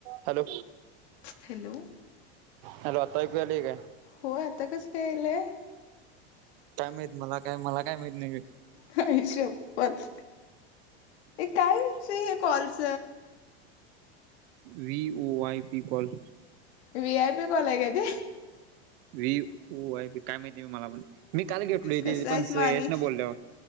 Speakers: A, on the right (about 60°); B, on the left (about 80°).
A: Hello
B: hello
A: hello आता ऐकू आली काय.
B: होय आता कसं काय आलेय.
A: काय माहीत मला काय मला काय माहीत नाही.
B: ह हिशोबत काय हे कॉलच.
A: व ओ Y P call.
B: V I P कॉला का आहे ते.
A: वी काय माहिती म मला पण मी काल घेटलो इथे
B: कसं आहेस
A: पण
B: माने
A: यश ना बोलल्यावर.